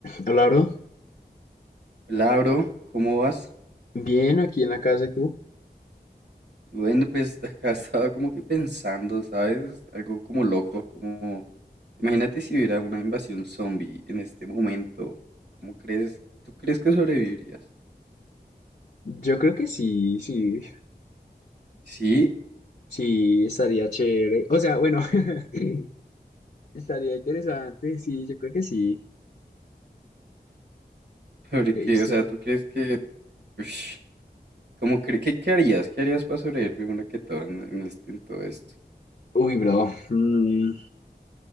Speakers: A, on the left (about 55°); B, on the right (about 75°).
A: Claro,
B: Labro, ¿cómo vas?
A: bien, aquí en la casa y tú.
B: Bueno, pues <laughs> acá estaba como que pensando, ¿sabes? Algo como loco, como... Imagínate si hubiera una invasión zombie en este momento. ¿Cómo crees? ¿Tú crees que sobrevivirías?
A: Yo creo que sí, sí,
B: Sí,
A: sí, estaría chévere. O sea, bueno, <laughs> estaría interesante, sí, yo creo que sí.
B: porque,
A: He visto.
B: o sea, ¿tú crees que... Ush, ¿cómo crees que qué harías? ¿Qué harías para sobrevivir primero que todo en, en este, en todo esto?
A: Uy, bro, mm,